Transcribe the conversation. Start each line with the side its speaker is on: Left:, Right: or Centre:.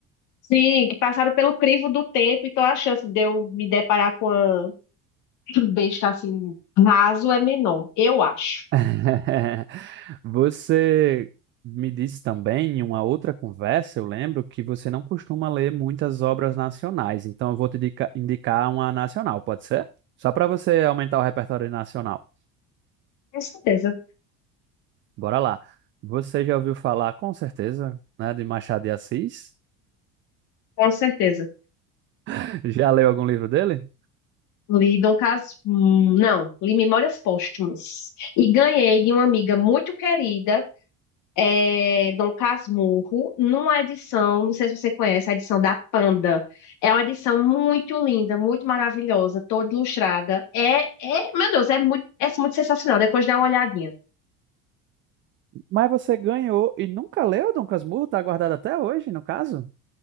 Left: Sim, que passaram pelo crivo do tempo, então a chance de eu me deparar com uma <coughs> <clears throat> besta assim raso é menor, eu acho.
Right: <laughs> Você me disse também em uma outra conversa, eu lembro que você não costuma ler muitas obras nacionais, então eu vou te dica- indicar uma nacional, pode ser? Só para você aumentar o repertório nacional.
Left: Com certeza,
Right: Bora lá. Você já ouviu falar, com certeza, né, de Machado de Assis?
Left: com certeza.
Right: <laughs> Já leu algum livro dele?
Left: Li Dom Cas... hum, Não, li Memórias Póstumas. E ganhei de uma amiga muito querida é, Dom Casmurro, numa edição, não sei se você conhece, a edição da Panda. É uma edição muito linda, muito maravilhosa, toda ilustrada. É, é, meu Deus, é muito, é muito sensacional. Depois dá uma olhadinha.
Right: Mas você ganhou e nunca leu Dom Casmurro, tá guardado até hoje, no caso?